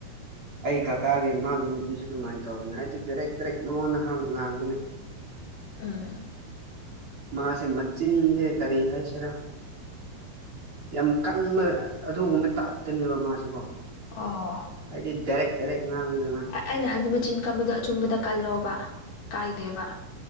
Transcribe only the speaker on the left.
ꯎꯝ
ꯑꯥ
ꯑꯩꯅ ꯍꯥꯏꯕꯗꯤ ꯃꯆꯤꯟ ꯀꯝꯕꯗꯣ ꯑꯆꯨꯝꯕꯗ ꯀꯜꯂꯣꯕ ꯀꯥꯏꯗꯦꯕ